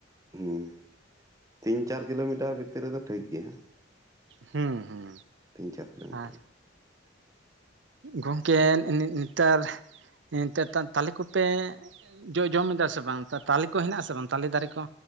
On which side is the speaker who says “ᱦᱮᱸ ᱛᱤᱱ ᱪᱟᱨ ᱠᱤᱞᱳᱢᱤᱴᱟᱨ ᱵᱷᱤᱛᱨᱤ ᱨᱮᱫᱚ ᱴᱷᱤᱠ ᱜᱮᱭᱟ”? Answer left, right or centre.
Right